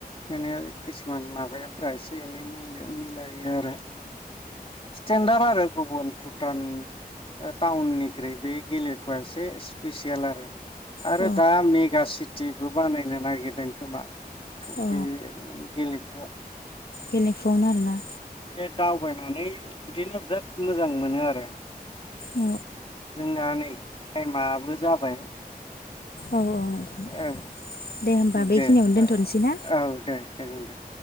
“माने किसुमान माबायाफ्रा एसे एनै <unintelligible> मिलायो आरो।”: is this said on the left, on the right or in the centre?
Left